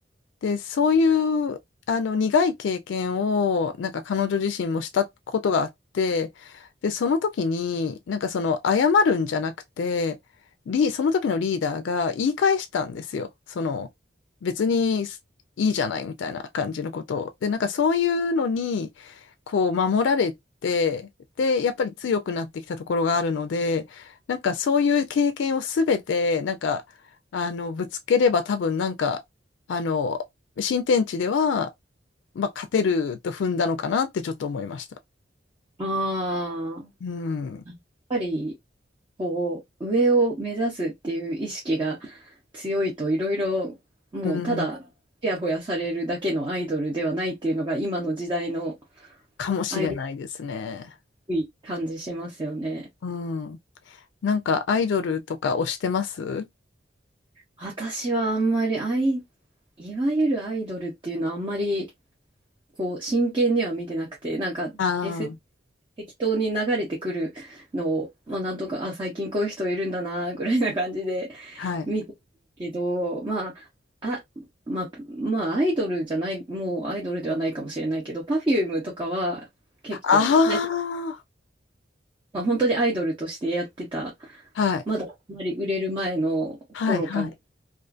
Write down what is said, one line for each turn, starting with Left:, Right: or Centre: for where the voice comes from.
Left: で、そういう、あの、苦い経験を、なんか彼女自身もしたことがあって、で、その時に、なんかその、謝るんじゃなくて、リ、その時のリーダーが言い返したんですよ。その、別にいいじゃないみたいな感じのことを。で、なんかそういうのに、こう、守られて、で、やっぱり強くなってきたところがあるので、なんかそういう経験をすべて、なんか、あの、ぶつければ多分なんか、あの、新天地では、まあ、勝てると踏んだのかなってちょっと思いました。
Right: ああ、
Left: うん。
Right: やっぱり、こう、上を目指すっていう意識が強いといろいろ、もうただ、
Left: うん。
Right: ちやほやされるだけのアイドルではないっていうのが今の時代の
Left: かもしれないですね。
Right: アイドルっぽい感じしますよね。
Left: うん。なんかアイドルとか推してます
Right: 私はあんまりアイ、いわゆるアイドルっていうのはあんまりこう真剣には見てなくて、なんかエスエヌ
Left: ああー、
Right: 適当に流れてくるのを、まあなんとか、あ、最近こういう人いるんだな、ぐらいな感じで
Left: はい。
Right: 見てるけど、まあ、あ、まあ、まあアイドルじゃない、もうアイドルではないかもしれないけど、Perfume とかは結構、
Left: あ
Right: はいまあ、本当にアイドルとしてやってた、
Left: あ、はい。
Right: まだあんまり売れる前の頃から好
Left: はい、はい。